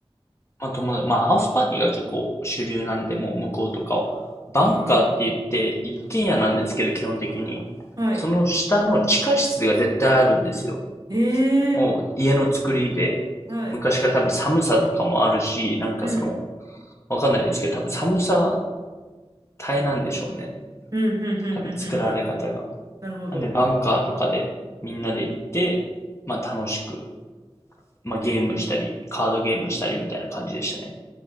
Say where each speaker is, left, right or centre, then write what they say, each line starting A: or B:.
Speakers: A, on the left (about 25°); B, on the right (about 35°).
A: まあ、友達、まあ、ハウスパーティーが結構主流なんで、もう向こうとかは。バンカーって言って、
B: え
A: 一軒家なんですけど、基本的に。
B: ー、はい。
A: その下の地下室が絶対あるんですよ。
B: え
A: もう家の作りで、
B: ー、はい。
A: 昔から多分寒さとかもあるし、なんかその、
B: うん
A: わかんないですけど、多分寒さ耐えなんでしょうね。
B: うんうんうんうんうんうん。
A: 多分作られ方が。
B: なるほど。
A: なんでバンカーとかでみんなで行って、まあ楽しく、まあゲームしたり、カードゲームしたりみたいな感じでしたね。